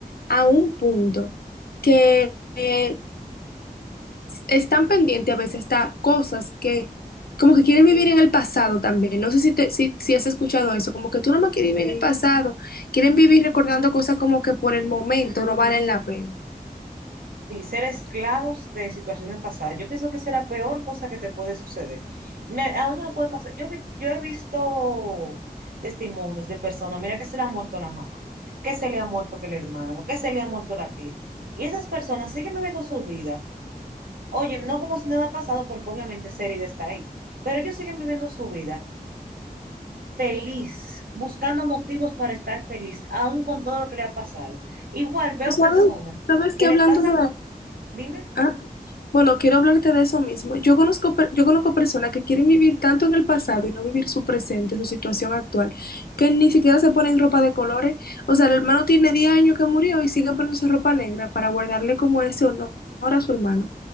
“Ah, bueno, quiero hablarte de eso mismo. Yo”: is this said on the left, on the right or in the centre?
Left